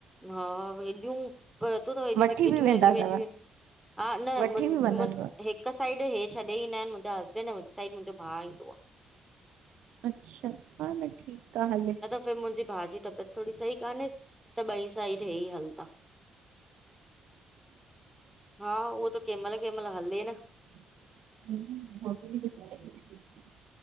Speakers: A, in the centre; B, on the right (about 65°).
A: हा हेॾियूं पतो थव, हेॾियूं
B: वठी
A: टिकेटियूं
B: बि वेंदा
A: लॻी
B: अथव?
A: वेंदियूं आहिन, हा न
B: वठी
A: मुन
B: बि वञनव?
A: मुन हे हिकु साइड हे छॾे ईंदा आहिन मुंहिंजा हसबैंड ऐं हिकु साइड मुंहिंजो भाउ ईंदो आ।
B: अच्छा, हा त ठीक आ, हले।
A: त मुंजे भाउ जी तबियत थोड़ी सही कान्हे त ॿई साइड हे ई हलदा। हा उहो त कें मल कें मल हले न।
B: <unintelligible>